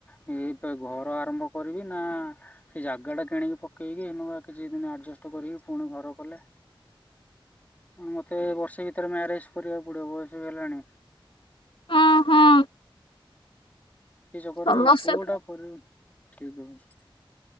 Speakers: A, on the left; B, on the left.
A: ଏ ବେ ଘର ଆରମ୍ଭ କରିବି ନା ସେ ଜାଗା ଟା କିଣିକି ପକେଇକି କିଛି ଦିନ ଆଡଷ୍ଟ କରିକି ପୁଣି ଘର କଲେ ମତେ ବର୍ଷେ ଭିତରେ ମ୍ୟାରେଜ କରିବାକୁ। ବୁଢେ ବୟସ ହେଲେଣି।
B: ହଁ ହଁ
A: କିସ କରିବ
B: ସମସ୍ୟା
A: କୋଉଟା
B: ତ
A: କରିବ। ଠିକ ଅଛି।